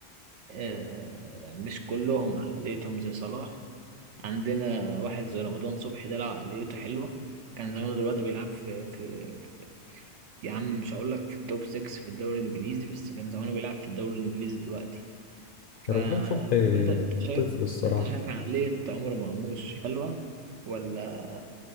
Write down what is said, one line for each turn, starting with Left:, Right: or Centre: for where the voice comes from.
Right: آه، مش كلهم عقليتهم زي صلاح عندنا واحد زي رمضان صبحي ده لو عقليته حلوة كان زمانه دلوقتي بيلعب في في يا عم مش هقول لك في التوب 6 في الدوري الانجليزي بس كان زمانه بيلعب في الدوري الانجليزي دلوقتي ف
Left: رمضان صبحي
Right: طب انت انت شايف
Left: طفل الصراحة
Right: انت شايف عقلية عمر مرموش حلوة ولا